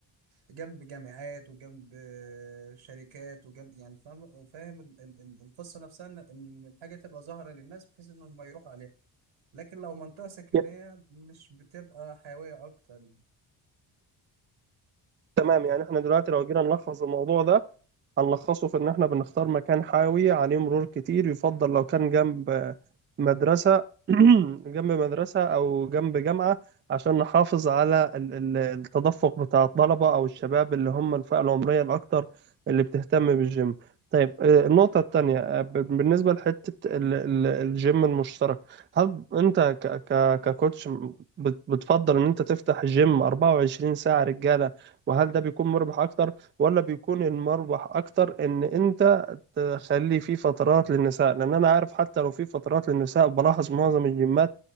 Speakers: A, on the right (about 70°); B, on the right (about 25°).
A: جنب جامعات وجنب آه، شركات وجنب يعني فاهم فاهم ال- ال- ال- القصه نفسها ان إن الحاجه تبقى ظاهره للناس بحيث انهم ما يروحوا عليها لكن لو منطقه سكنيه
B: يا-
A: مش بتبقى حيويه اكتر يعني.
B: تمام
A: اتفضل
B: يعني إحنا دلوقتي لو جينا نلخص الموضوع ده هنلخصه في إن إحنا بنختار مكان حيوي عليه مرور كتير يفضل لو كان جنب مدرسة <clears throat> جنب مدرسة أو جنب جامعة عشان نحافظ على ال- ال- التدفق بتاع الطلبة أو الشباب اللي هم الفئة العمرية الأكتر اللي بتهتم بالجيم طيب آه، النقطة التانية آه، ب- بالنسبة لحتة ال- ال- الجيم المشترك هل أنت ك- ك- ككوتش بت- بتفضل إن أنت تفتح جيم 24 ساعة رجالة وهل ده بيكون مربح أكتر ولا بيكون المربح اكتر ان انت تخلي في فترات للنساء لان انا عارف حتى لو في فترات للنساء بلاحظ معظم الجيمات